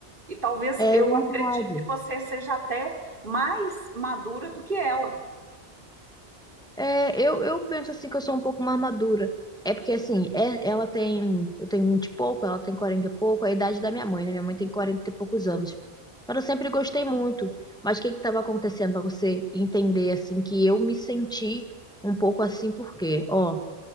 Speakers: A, on the right; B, in the centre.
A: E talvez
B: É
A: eu
B: verdade.
A: acredito que você seja até mais madura do que ela.
B: É, eu, eu penso assim que eu sou um pouco mais madura. É porque assim, é- ela tem, eu tenho 20 e pouco, ela tem 40 e pouco, é a idade da minha mãe, né? Minha mãe tem 40 e poucos anos. Mas eu sempre gostei muito. Mas o que que estava acontecendo para você entender assim que eu me senti um pouco assim porque, ó,